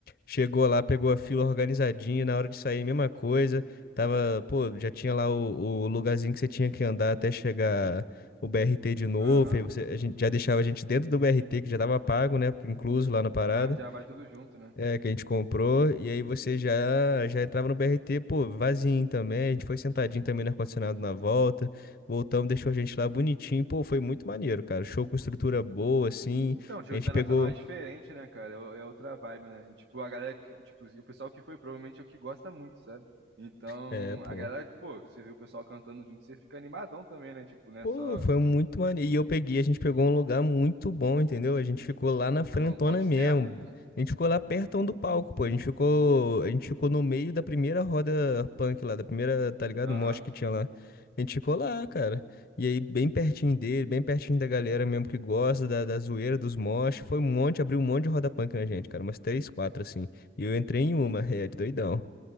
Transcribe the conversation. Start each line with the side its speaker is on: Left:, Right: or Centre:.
Left: Chegou lá, pegou a fila organizadinha, na hora de sair, mesma coisa. Tava, pô, já tinha lá o, o lugarzinho que você tinha que andar até chegar o BRT de novo.
Right: Aham.
Left: Aí você, a gente já deixava a gente dentro do BRT, que já tava pago, né? Porque incluso
Right: Pô, tô-
Left: lá na parada,
Right: Aham, já vai tudo junto, né?
Left: é, que a gente comprou. E aí você já já entrava no BRT, pô, vazio também. A gente foi sentadinho
Right: Uhum.
Left: também no ar-condicionado na volta. Voltamos, deixou a gente lá bonitinho. Pô, foi muito maneiro, cara. Show com estrutura boa, assim.
Right: Então, show
Left: A gente
Right: internacional
Left: pegou.
Right: é diferente, né, cara? É o- é outra vibe, né? E, tipo, a galera, que- tipo, e o pessoal que foi provavelmente é o que gosta muito, sabe? Então,
Left: É, pô.
Right: a galera, pô, você vê o pessoal cantando junto, você fica animadão também, né? Tipo, né,
Left: Pô,
Right: só
Left: foi muito maneiro. E eu peguei, a gente pegou um lugar muito bom, entendeu? A gente ficou lá na frentona
Right: quando o ponte
Left: mesmo.
Right: é certo.
Left: A gente ficou lá perto do palco, pô. A gente ficou, a gente ficou no meio da primeira roda punk lá, da primeira, tá ligado?
Right: Aham.
Left: Mosh que tinha lá. A gente ficou lá, cara. E aí, bem pertinho dele, bem pertinho da galera mesmo que gosta da, da zoeira, dos mosh. Foi um monte, abriu um monte de roda punk na gente, cara. Umas três, quatro, assim. E eu entrei em uma, <laughs> é, doidão.